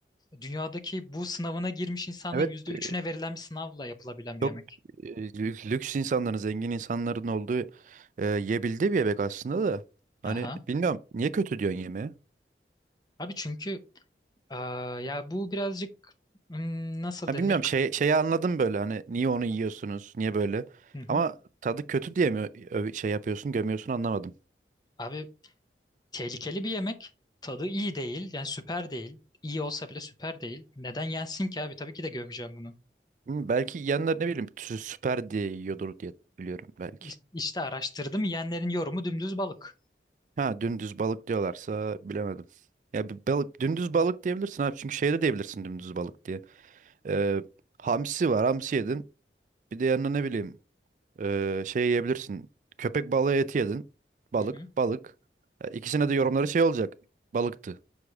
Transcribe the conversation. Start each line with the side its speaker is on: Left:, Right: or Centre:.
Left: Dünyadaki bu sınavına girmiş insanların
Right: Evet,
Left: yüzde
Right: e,
Left: üçüne verilen bir sınavla yapılabilen bir
Right: çok
Left: yemek.
Right: e, lü- lüks insanların, zengin insanların olduğu e, yiyebildiği bir yemek aslında da. Hani
Left: Aha.
Right: bilmiyorum niye kötü diyorsun yemeğe?
Left: Abi çünkü eee, ya bu birazcık hmm, nasıl
Right: Ha,
Left: denir?
Right: bilmiyorum şey, şeyi anladım böyle hani niye onu yiyorsunuz, niye böyle?
Left: Hı hı.
Right: Ama tadı kötü diye mi ö- şey yapıyorsun, gömüyorsun anlamadım.
Left: Abi tehlikeli bir yemek. Tadı iyi değil. Yani süper değil. İyi olsa bile süper değil. Neden yensin ki abi? Tabii ki de gömeceğim bunu.
Right: Hı, belki yiyenler ne bileyim sü- süper diye yiyordur diye biliyorum belki.
Left: İ- İşte araştırdım. Yiyenlerin yorumu dümdüz balık.
Right: Ha dümdüz balık diyorlarsa bilemedim. Ya bir balık dümdüz balık diyebilirsin abi çünkü şey de diyebilirsin dümdüz balık diye. Ee, hamsi var hamsi yedin. Bir de yanına ne bileyim ee, şey yiyebilirsin. Köpek balığı eti yedin. Balık
Left: Hı hı.
Right: balık. Ya İkisine de yorumları şey olacak. Balıktı.